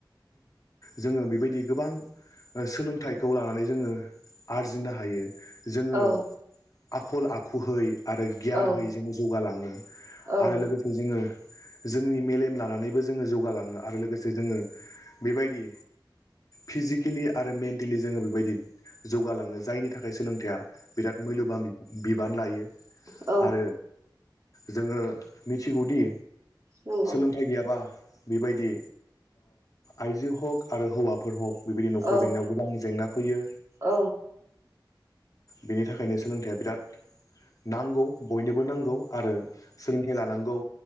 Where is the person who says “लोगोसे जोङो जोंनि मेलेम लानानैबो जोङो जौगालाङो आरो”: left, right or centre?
Left